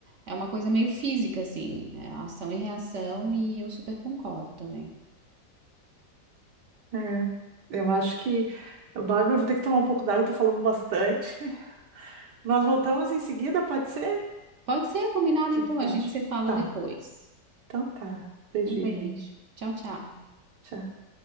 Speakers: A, on the right (about 50°); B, on the right (about 70°).
A: é uma coisa meio física, assim, é ação e reação, e eu super concordo também.
B: É, eu acho que, Bárbara, eu vou ter que tomar um pouco d'água, eu tô falando bastante. <laughs> Nós voltamos em seguida, pode ser?
A: Pode ser combinado,
B: O que
A: então,
B: que tu
A: a
B: acha?
A: gente se fala
B: Tá,
A: depois.
B: então tá. Beijinho.
A: Um beijo. Tchau, tchau.
B: Tchau.